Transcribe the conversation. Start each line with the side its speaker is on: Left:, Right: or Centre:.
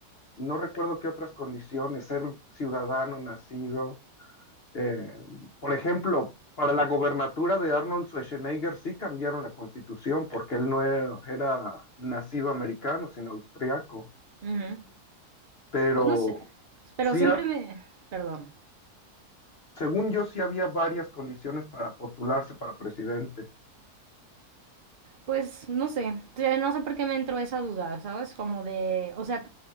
Left: No recuerdo qué otras condiciones, ser ciudadano nacido. Eh, por ejemplo, para la gobernatura de Arnold Schwarzenegger sí cambiaron la constitución porque él no era, era nacido americano, sino austriaco.
Right: Ujú.
Left: Pero
Right: Pues no sé, pero
Left: sí,
Right: siempre me... Perdón.
Left: según yo sí había varias condiciones para postularse para presidente.
Right: Pues no sé, te- no sé por qué me entró esa duda, ¿sabes? Como de, o sea,